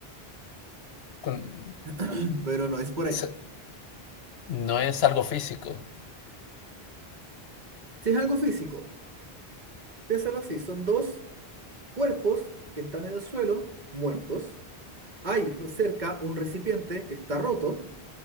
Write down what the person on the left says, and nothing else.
con-
se- no es algo físico,